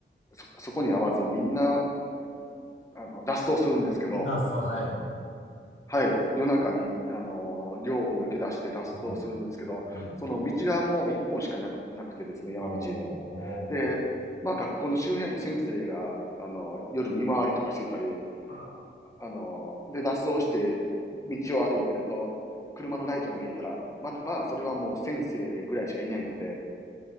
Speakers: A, on the left; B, on the left.
A: う、そ、そこに合わずみんな、あの、脱走するんですけど、
B: 脱走、はい。
A: はい、夜中に、あの、寮を抜け出して脱走するんですけど、
B: うん、うん。
A: その道がもう一本しかなく、なくてですね、山道。
B: おー、お
A: で、まあ学校の周辺も先生が、あの、夜見回りとかしていたり、
B: ー、あ
A: あの、で、脱走して、道を歩いてると、車のライトが見えたら、ま、まあ、それはもう先生ぐらいしかいないので、